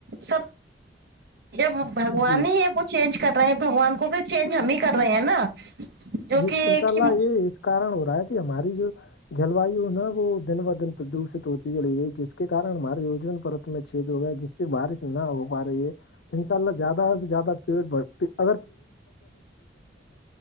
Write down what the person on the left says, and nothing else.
جی
جی
انشاء
اللہ
یہ کارن ہو رہا ہے کہ ہماری جو جلوایو نا وہ دن ب دن پردوشت ہوتی چڑ گئی جس کے کن ہمارے اجون پرت میں چد ہو گیا جس سے بارش نہ ہو پا رہی ہے ا انشاء اللہ زیادہ سے زیادہ ایڈنا